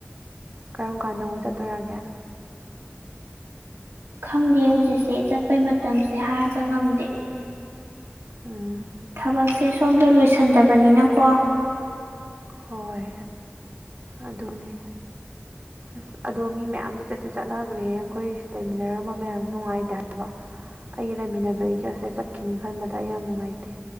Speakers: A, on the right; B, on the right.
A: ꯀꯔꯝ ꯀꯥꯟꯗ ꯑꯃꯨꯛ ꯆꯠꯇꯣꯏꯔꯒꯦ
B: ꯈꯪꯗꯦ ꯍꯧꯖꯤꯛꯁꯦ ꯆꯠꯄꯩ ꯃꯇꯝꯁꯦ ꯍꯥꯏꯕ ꯉꯝꯗꯦ
A: ꯎꯝ
B: ꯊꯕꯛꯁꯦ ꯁꯣꯝꯗ ꯂꯣꯏꯁꯤꯟꯗꯕꯅꯤꯅꯀꯣ
A: ꯍꯣꯏ ꯑꯗꯨꯅꯦ ꯑꯁ ꯑꯗꯣ ꯃꯤ ꯃꯌꯥꯝꯗꯤ ꯆꯠꯇꯤ ꯆꯠꯅꯒ꯭ꯔꯦ ꯑꯩꯈꯣꯏ ꯂꯩꯃꯤꯟꯅꯔꯝꯕ ꯃꯌꯥꯝ ꯅꯨꯡꯉꯥꯏꯇꯦ ꯍꯥꯏꯕ ꯑꯩꯒ ꯂꯩꯃꯤꯟꯅꯕꯒꯤꯒꯁꯦ ꯆꯠꯈꯤꯅꯤ ꯈꯟꯕꯗ ꯑꯩ ꯌꯥꯝ ꯅꯨꯡꯉꯥꯏꯇꯦ